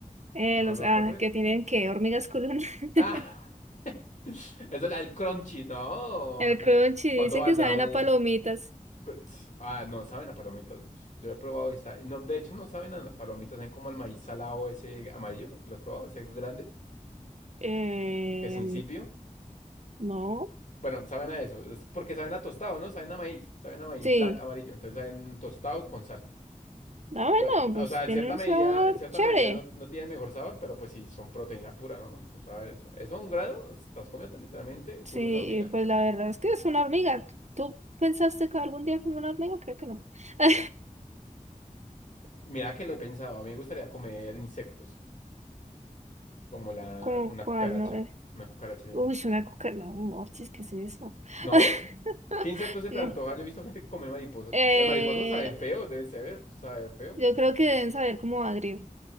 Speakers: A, on the right; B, on the left.
A: Eh,
B: uno
A: los,
B: lo
A: ah,
B: compre.
A: que tienen que hormigas culonas. <laughs>
B: Ah, <laughs> eso es la del crunchy, ¿no?
A: El crunchy, dicen
B: ¿Cuánto valdrá
A: que saben
B: un...?
A: a palomitas.
B: cu- si, Ah, no, saben a palomitas. Yo he probado y sa- No, de hecho, no saben a palomitas, saben como al maíz salado ese amarillo. ¿Lo has probado? Ese grande,
A: Eh,
B: que es incipio.
A: no,
B: Bueno, saben a eso. Es porque saben a tostado, ¿no? Saben a maíz. Saben a maíz
A: sí.
B: blanco, amarillo. Entonces saben tostado con sal.
A: Ah, bueno,
B: Entonces, o
A: pues
B: sea, en
A: tiene
B: cierta
A: un
B: medida,
A: sabor
B: en cierta
A: chévere.
B: medida no, no tienen mejor sabor, pero pues sí son proteína pura, ¿no? Tú sabes, eso. Eso a un grano, estás comiendo literalmente el culo
A: Sí,
B: de una hormiga.
A: pues la verdad es que es una hormiga. ¿Tú pensaste que algún día como una hormiga? Creo que no. <laughs>
B: Mira que lo he pensado, a mí me gustaría comer insectos, como la,
A: Como
B: una
A: cuál,
B: cucaracha,
A: no. eh.
B: una cucaracha limpia.
A: Uy, una coca, no, Morchis, ¿qué es eso?
B: ¿No?
A: <laughs>
B: ¿Qué insectos se te
A: No.
B: antoja? Yo he visto gente que come mariposas.
A: Eh,
B: Las mariposas saben feo, deben saber, saber feo.
A: yo creo que deben saber como agrio.